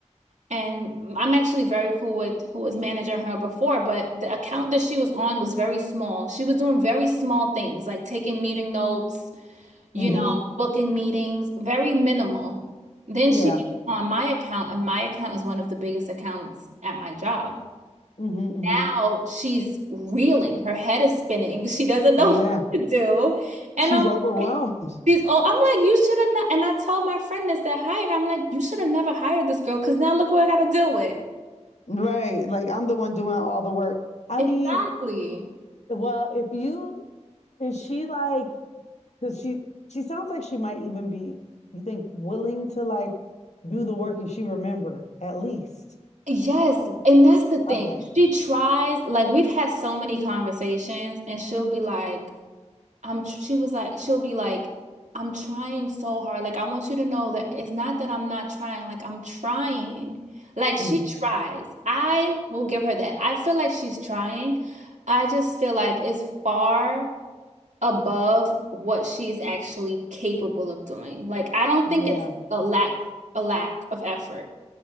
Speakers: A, on the right; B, on the left.
A: And I'm actually very cool with who was managing her before, but the account that she was on was very small. She was doing very small things like taking meeting notes you
B: Mm-hmm.
A: know, booking meetings, very minimal. Then
B: Yeah.
A: she gets on my account, and my account is one of the biggest accounts at my job.
B: Mm-hmm. hmm
A: Now she's reeling, her head is spinning, <laughs> she doesn't know
B: Yeah.
A: <laughs> what to do. And
B: She's
A: I'm
B: overwhelmed.
A: like, she's all, I'm like, you should have, and I told my friend this that hired her, I'm like, you should have never hired this girl because now look what I got to deal with.
B: Right. Like, I'm the one doing all the work. I
A: Exactly.
B: mean, well, if you, is she like, because she, she sounds like she might even be, you think, willing to like do the work if she remembered, at least.
A: Yes, and that's the thing.
B: Okay.
A: She tries, like, we've had so many conversations, and she'll be like, I'm tr- she was like she'll be like I'm trying so hard. Like I want you to know that it's not that I'm not trying. Like I'm trying. Like she
B: hmm
A: tries. I will give her that. I feel like she's trying. I just feel like it's far above what she's actually capable of doing. Like I don't
B: Yeah.
A: think it's a lack a lack of effort.